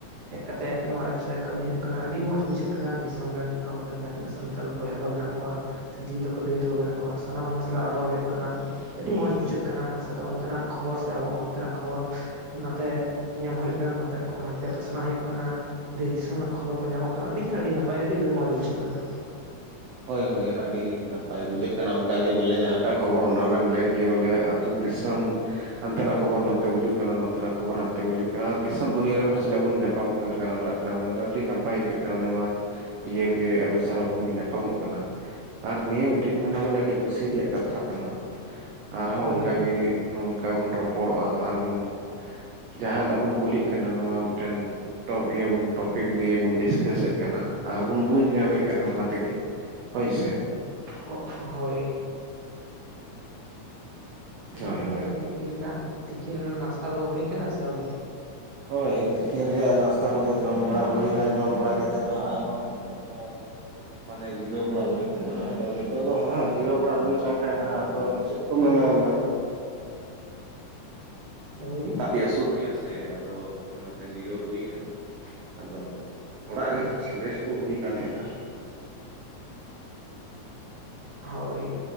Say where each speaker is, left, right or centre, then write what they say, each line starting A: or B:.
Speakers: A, on the right (about 40°); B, on the right (about 70°).
A: ᱦᱮᱡ ᱠᱟᱛᱮᱜ ᱱᱚᱣᱟ ᱮᱯᱥ ᱨᱮ ᱠᱟᱹᱢᱤ ᱦᱩᱭᱩᱜ ᱠᱟᱱᱟ ᱟᱹᱰᱤ ᱢᱚᱸᱡᱽ ᱵᱩᱡᱷᱟᱹᱜ ᱠᱟᱱᱟ ᱫᱤᱥᱚᱢ ᱨᱮᱱ ᱟᱵᱚᱨᱮᱱ ᱡᱟᱛ ᱛᱤᱱᱟᱹᱜ ᱥᱟᱱᱛᱟᱞ ᱵᱚᱭᱦᱟ ᱠᱚ ᱢᱮᱱᱟᱜ ᱠᱚᱣᱟ ᱥᱮ ᱫᱤᱫᱤ ᱛᱟᱠᱚ ᱫᱟᱹᱭ ᱛᱟᱠᱚ ᱢᱮᱱᱟᱜ ᱠᱚᱣᱟ ᱥᱟᱱᱟᱢ ᱦᱚᱲ ᱥᱟᱞᱟᱜ ᱨᱚᱲ ᱦᱩᱭᱩᱜ ᱠᱟᱱᱟ ᱟᱹᱰᱤ
B: ᱦᱩᱸ
A: ᱢᱚᱸᱡᱽ
B: ᱦᱩᱸ
A: ᱵᱩᱡᱷᱟᱹᱜ ᱠᱟᱱᱟ ᱥᱟᱛᱮ ᱚᱱᱛᱮᱱᱟᱜ ᱠᱷᱚᱵᱚᱨ ᱥᱮ ᱟᱵᱚ ᱚᱱᱛᱮᱱᱟᱜ ᱠᱷᱚᱵᱚᱨ ᱱᱟᱛᱮ ᱧᱟᱢ ᱦᱩᱭᱩᱜ ᱠᱟᱱᱟ ᱱᱚᱛᱮᱱᱟᱜ ᱠᱷᱚᱱ ᱦᱟᱱᱛᱮ ᱯᱟᱥᱱᱟᱣ ᱦᱩᱭᱩᱜ ᱠᱟᱱᱟ ᱫᱮᱥ ᱫᱤᱥᱚᱢ ᱨᱮᱱᱟᱜ ᱠᱷᱚᱵᱚᱨ ᱠᱚ ᱧᱟᱢᱚᱜ ᱠᱟᱱᱟ ᱟᱹᱰᱤ ᱠᱷᱟᱱ ᱟᱹᱰᱤ ᱱᱟᱯᱟᱭ ᱟᱹᱰᱤ ᱢᱚᱡᱽ ᱵᱩᱡᱷᱟᱹᱜ ᱠᱟᱱᱟ᱾
B: ᱦᱳᱭ ᱦᱳᱭ ᱟᱹᱰᱤ ᱱᱟᱯᱟᱭ ᱵᱩᱡᱷᱟᱹᱜ ᱠᱟᱱᱟ ᱚᱱᱠᱟᱜ ᱜᱮ ᱵᱚᱞᱮ ᱡᱟᱦᱟᱸᱴᱟᱜ ᱠᱷᱚᱵᱚᱨ ᱚᱱᱟ ᱵᱮᱱ ᱞᱟᱹᱭ ᱠᱮᱜ ᱵᱚᱞᱮ ᱛᱩ ᱫᱤᱥᱚᱢ ᱦᱟᱱᱛᱮᱱᱟᱜ ᱠᱷᱚᱵᱚᱨ ᱱᱚᱛᱮ ᱵᱩᱡᱩᱜ ᱠᱟᱱᱟ ᱱᱚᱛᱮᱱᱟᱜ ᱠᱷᱚᱵᱚᱨ ᱦᱟᱱᱛᱮ ᱵᱩᱡᱩᱜ ᱠᱟᱱᱟ ᱟᱨ ᱫᱤᱥᱚᱢ ᱫᱩᱱᱭᱟᱹ ᱨᱮ ᱦᱚᱲ ᱥᱟᱞᱟᱜ ᱵᱚᱱ ᱧᱟᱯᱟᱢᱚᱜ ᱠᱟᱱᱟ ᱜᱟᱨ ᱢᱟᱨᱟᱜ ᱠᱟᱱᱟ ᱵᱚᱱ ᱟᱹᱰᱤ ᱱᱟᱯᱟᱭ ᱟᱹᱭᱠᱟᱹᱜ ᱠᱟᱱᱟ ᱱᱚᱣᱟ ᱤᱭᱟᱹ ᱜᱮ ᱚᱱᱩᱥᱟᱨ ᱦᱚᱸ ᱵᱚᱱ ᱧᱟᱯ ᱯᱟᱢᱚᱜ ᱠᱟᱱᱟ ᱟᱨ ᱱᱤᱭᱟᱹ ᱢᱤᱫᱴᱮᱱ ᱢᱮᱱᱟ ᱵᱚᱞᱮ ᱟᱹᱰᱤ ᱠᱩᱥᱤ ᱨᱮᱭᱟᱜ ᱠᱟᱛ ᱛᱷᱟ ᱠᱟᱱᱟ ᱟᱨᱦᱚᱸ
A: ᱦᱳᱭ
B: ᱚᱱᱠᱟ ᱜᱮ ᱱᱚᱝᱠᱟ ᱵᱚᱱ ᱨᱚᱯᱚᱲᱚᱜ-ᱟ ᱟᱨᱵᱚᱱ ᱡᱟᱦᱟᱱᱟᱜ ᱵᱚᱱ ᱠᱩᱞᱤᱜ ᱠᱟᱱᱟ ᱱᱚᱣᱟ ᱢᱤᱫᱴᱮᱱ ᱴᱚᱯ ᱤᱭᱟᱹ ᱵᱚᱱ ᱴᱚᱯᱤᱠ ᱱᱤᱭᱮ ᱵᱚᱱ ᱰᱤᱥᱠᱟᱥᱮᱜ ᱠᱟᱱᱟ ᱟᱨᱵᱚᱱ ᱵᱩᱡᱽ ᱧᱟᱢᱮᱜ ᱠᱟᱱᱟ ᱚᱱᱟ ᱛᱮᱜᱮ᱾ ᱦᱳᱭ ᱥᱮ
A: ᱦᱳᱜ ᱦᱳᱭ ᱜᱚᱝᱠᱮ
B: ᱦᱳᱭ ᱦᱳᱭ
A: ᱛᱟᱦᱚᱞᱮ ᱛᱤᱠᱤᱱ ᱨᱮᱱᱟᱜ ᱛᱤᱠᱤᱱ ᱨᱮᱱᱟᱜ ᱱᱟᱥᱛᱟ ᱠᱚᱫᱚ ᱦᱩᱭᱠᱟᱱᱟ ᱥᱮ ᱟᱹᱣᱨᱤ?
B: ᱦᱳᱭ ᱛᱤᱠᱤᱱ ᱨᱮᱭᱟᱜ ᱱᱟᱥᱛᱟ ᱠᱚᱫᱚ ᱡᱚᱢ ᱵᱟᱲᱟ ᱦᱩᱭᱱᱟ ᱡᱚᱢ ᱵᱟᱲᱟ ᱠᱟᱛᱮᱫ ᱱᱟᱦᱟᱜ ᱱᱚᱜ-ᱚᱭ ᱱᱤᱛᱚᱜ ᱫᱚ ᱢᱟᱱᱮ ᱡᱤᱨᱟᱹᱣ ᱵᱟᱲᱟ ᱦᱩᱭ ᱠᱟᱱᱟ ᱟᱫᱚ ᱱᱤᱛᱚᱜ ᱫᱚ ᱦᱟᱜ ᱡᱤᱨᱟᱹᱣ ᱵᱟᱲᱟ ᱦᱩᱭᱠᱟᱱ ᱠᱷᱟᱡ ᱱᱟᱦᱟᱜ ᱟᱫᱚ ᱫᱮᱜ ᱠᱚ ᱢᱮᱱᱟ ᱚᱱᱟ
A: ᱦᱮᱸ ᱞᱟᱹᱭ ᱵᱤᱱ
B: ᱟᱹᱰᱤ ᱟᱹᱥᱩᱞ ᱜᱮᱭᱟ ᱥᱮ ᱟᱫᱚ ᱚᱱᱟᱛᱮ ᱡᱤᱨᱟᱹᱣ ᱦᱩᱭ ᱠᱟᱱᱟ ᱟᱫᱚ ᱚᱲᱟᱜ
A: ᱟᱪᱪᱷᱟ
B: ᱨᱮᱜᱮ ᱨᱮᱥ ᱠᱚ ᱦᱩᱭ ᱠᱟᱱ ᱛᱟᱦᱮᱱᱟ
A: ᱦᱳᱭ